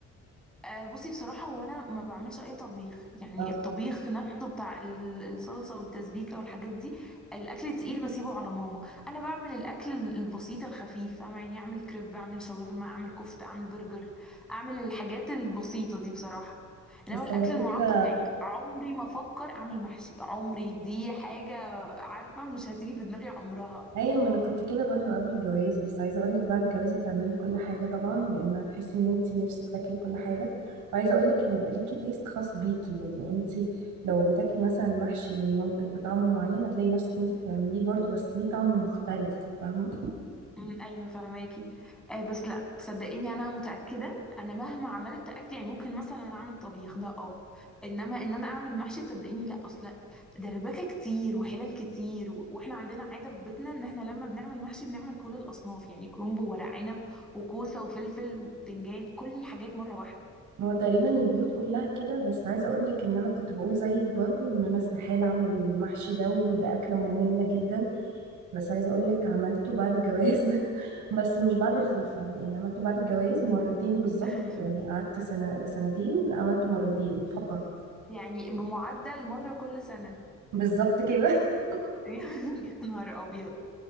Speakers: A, in the centre; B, on the right.
A: آه، بصي بصراحة هو أنا ما بعملش أي طبيخ يعني
B: اه
A: الطبيخ نفسه بتاع ال- الصلصة والتسبيكة والحاجات دي الأكل تقيل بسيبه على ماما أنا بعمل الأكل ال- البسيط الخفيف فاهمة يعني أعمل كريب أعمل شاورما أعمل كفتة أعمل برجر أعمل الحاجات البسيطة دي بصراحة إنما
B: بس
A: الأكل
B: على
A: المعقد
B: فكرة
A: يعني عمري ما أفكر أعمل محشي عمري دي حاجة عارفة مش هتيجي في دماغي عمرها
B: ايوه ما انا كنت كده برضو قبل الجواز بس عايزة اقولك بعد الجواز هتعملي كل حاجة طبعا لان هتحسي ان انتي نفسك تاكلي كل حاجة وعايزة اقولك هيبقى ليكي تيست خاص بيكي يعني انتي لو بتاكلي مثلا محشي من مامتك بطعم معين هتلاقي نفسك انتي بتعمليه برضو بس ليه طعم مختلف فاهمة
A: أمم، ايوه فهماكي آه بس لا صدقيني انا متاكده انا مهما عملت اكل يعني ممكن مثلا اعمل طبيخ ده اه انما ان انا اعمل محشي صدقيني لا اصلا دربكه كتير وحلال كتير و- واحنا عندنا عاده في بيتنا ان احنا لما بنعمل محشي بنعمل كل الاصناف يعني كرنب وورق عنب وكوسه وفلفل وبتنجان كل الحاجات مره واحده
B: ما هو تقريبا البيوت كلها كده بس عايزة اقولك ان انا كنت بقول زيك برضو ان انا استحالة اعمل المحشي ده وده اكلة مملة جدا بس عايزة أقولك عملته بعد الجواز <laughs> بس مش بعد
A: أمم.
B: الخلفة يعني عملته بعد الجواز مرتين بالظبط
A: <laughs>
B: يعني قعدت سنة سنتين عملته مرتين فقط
A: يعني بمعدل مره كل سنه
B: بالظبط كده <laughs>
A: <laughs> يا نهار ابيض